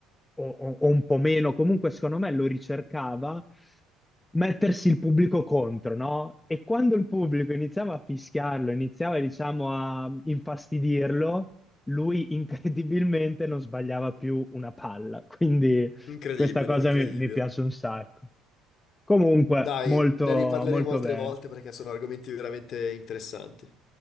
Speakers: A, on the left; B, on the left.
A: o, o- o un po' meno, comunque secondo me lo ricercava mettersi il pubblico contro, no? E quando il pubblico iniziava a fischiarlo, iniziava, diciamo, a infastidirlo, lui incredibilmente non sbagliava più una palla. Quindi
B: Incredibile,
A: questa cosa
B: incredibile.
A: mi mi piace un sacco. Comunque,
B: Dai,
A: molto,
B: ne riparleremo
A: molto
B: altre
A: bene.
B: volte perché sono argomenti veramente interessanti.